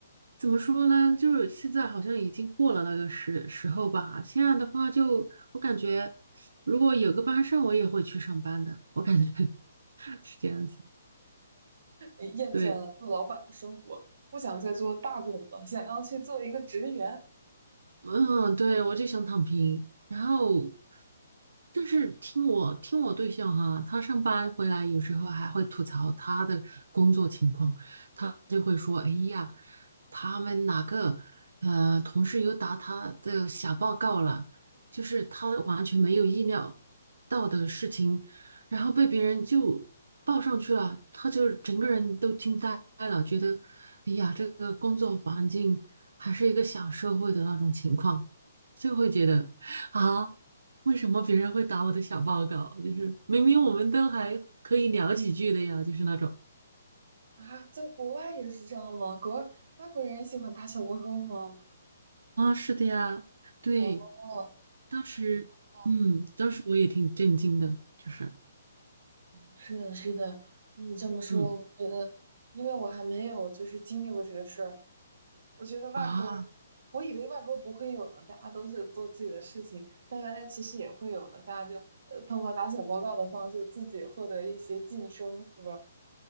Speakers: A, on the right; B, on the right.
A: 怎么说呢？就是现在好像已经过了那个时时候吧。现在的话就，我感觉如果有个班上，我也会去上班的。我感觉 <laughs> 是这样子。
B: 你厌倦了做老板的生活，
A: 对，
B: 不想再做霸总了，想要去做一个职员
A: 嗯，对，我就想躺平。然后，但是听我听我对象哈，他上班回来有时候还会吐槽他的工作情况，他就会说：“哎呀，他们哪个呃同事又打他的小报告了，就是他完全没有意料到的事情，然后被别人就报上去了，他就整个人都惊呆了，觉得哎呀，这个工作环境。”还是一个小社会的那种情况，就会觉得啊，为什么别人会打我的小报告？就是明明我们都还可以聊几句的呀，就是那种
B: 啊？在国外也是这样吗？国外外国人也喜欢打小报告吗？
A: 啊，是的呀，对，
B: 哦哦
A: 当时，
B: 哦，
A: 嗯，当时我也挺震惊的，就是，
B: 是的，是的。那你这么说，
A: 嗯
B: 我觉得，因为我还没有就是经历过这个事儿，我觉得外国，
A: 啊。
B: 我以为外国不会有呢，大家都是做自己的事情，但原来其实也会有的，大家就呃通过打小报告的方式自己获得一些晋升，是吧？